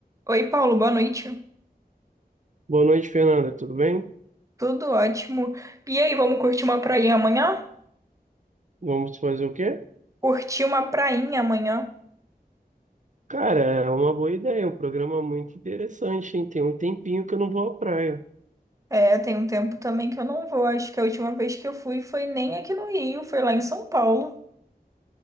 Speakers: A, on the right; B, on the right.
A: Oi, Paulo, boa noite.
B: Boa noite, Fernanda. Tudo bem?
A: Tudo ótimo. E aí, vamos curtir uma prainha amanhã?
B: Vamos fazer o quê?
A: Curtir uma prainha amanhã.
B: Cara, é uma boa ideia, é um programa muito interessante, hein? Tem um tempinho que eu não vou à praia.
A: É, tem um tempo também que eu não vou. Acho que a última vez que eu fui foi nem aqui no Rio, foi lá em São Paulo.